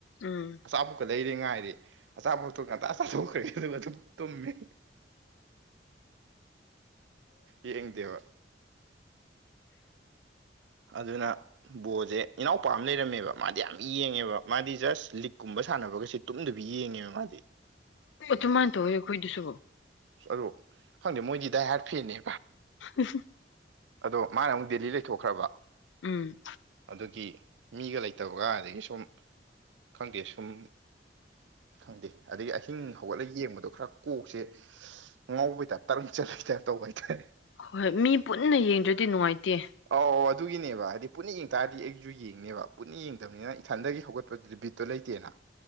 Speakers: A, on the left; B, on the right.
A: ꯎꯝ
B: ꯑꯆꯥꯄꯣꯠꯀ ꯂꯩꯔꯦ ꯉꯥꯏꯔꯤꯦ ꯑꯆꯥꯄꯣꯛꯇꯣ ꯉꯟꯇꯥ ꯆꯥꯊꯣꯛꯈ꯭ꯔꯦ ꯑꯗꯨꯒ ꯁꯨꯝ ꯇꯨꯝꯃꯦ ꯌꯦꯡꯗꯦꯕ ꯑꯗꯨꯅ ꯕꯣꯜꯁꯦ ꯏꯅꯥꯎꯄꯥ ꯑꯃ ꯂꯩꯔꯝꯃꯦꯕ ꯃꯥꯗꯤ ꯌꯥꯝ ꯌꯦꯡꯉꯦꯕ ꯃꯥꯗꯤ ꯖꯁ ꯂꯤꯛꯀꯨꯝꯕ ꯁꯥꯟꯅꯕꯒꯁꯤ ꯇꯨꯝꯗꯨꯕꯤ ꯌꯦꯡꯉꯦꯕ ꯃꯥꯗꯤ
A: ꯇꯨꯡꯃꯥꯏꯅ ꯇꯧꯏ ꯈꯣꯏꯗꯤꯁꯨꯕ
B: ꯑꯗ ꯈꯪꯗꯦ ꯃꯣꯏꯗꯤ ꯗꯥꯏ ꯍꯥꯔꯠ ꯐꯦꯟꯅꯦ
A: ꯎ
B: ꯑꯗꯣ ꯃꯥꯅ ꯑꯃꯨꯛ ꯗꯦꯜꯂꯤ ꯂꯩꯊꯣꯛꯈ꯭ꯔꯕ
A: ꯎꯝ
B: ꯑꯗꯨꯒꯤ ꯃꯤꯒ ꯂꯩꯇꯕꯒ ꯑꯗꯒꯤ ꯁꯨꯝ ꯈꯪꯗꯦ ꯁꯨꯝ ꯈꯪꯗꯦ ꯑꯗꯒꯤ ꯑꯍꯤꯡ ꯍꯧꯒꯠꯂꯒ ꯌꯦꯡꯕꯗꯣ ꯈꯔ ꯀꯣꯛꯁꯦ ꯉꯧꯕꯩꯇ ꯇꯔꯨ ꯆꯠꯄꯩꯇ ꯇꯧꯕ ꯍꯥꯏꯇꯥꯔꯦ
A: ꯍꯣꯏ ꯃꯤ ꯄꯨꯟꯅ ꯌꯦꯡꯗ꯭ꯔꯗꯤ ꯅꯨꯡꯉꯥꯏꯇꯦ
B: ꯑꯣ ꯑꯗꯨꯒꯤꯅꯦꯕ ꯍꯥꯏꯗꯤ ꯄꯨꯟꯅ ꯌꯦꯡ ꯇꯥꯔꯗꯤ ꯑꯩꯒꯤꯁꯨ ꯌꯦꯡꯅꯦꯕ ꯄꯨꯟꯅ ꯌꯦꯡꯗꯕꯅꯤꯅ ꯏꯊꯟꯗꯒꯤ ꯍꯧꯒꯠꯄꯗꯨꯗꯤ ꯕꯤꯠꯇꯣ ꯂꯩꯇꯦꯅ <unintelligible>